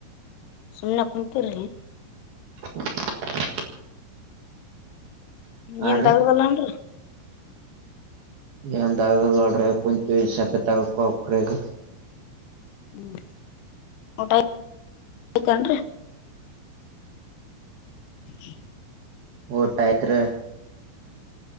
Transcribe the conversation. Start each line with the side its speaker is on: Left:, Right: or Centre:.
Left: ಸುಮ್ನ ಕುಂತೀರ್ರಿ
Right: <unintelligible>
Left: ಏನ್
Right: ಆರಿ
Left: ದಗದ ಇಲ್ಲನ್ರೀ
Right: ಏನ್ ದಗದ ಇಲ್ಲ ನೋಡ್ರಿ ಕುಂತೀವಿ ಸಭ್ಯ ತಗೆಕ ಹೋಗಬೇಕ್ರಿ ಈಗ
Left: ಹ್ಮ್ ಊಟ ಆಯ್ತ್ ಏನ್ರಿ <inaudible>
Right: ಊಟ ಅಯ್ತ್ರಿ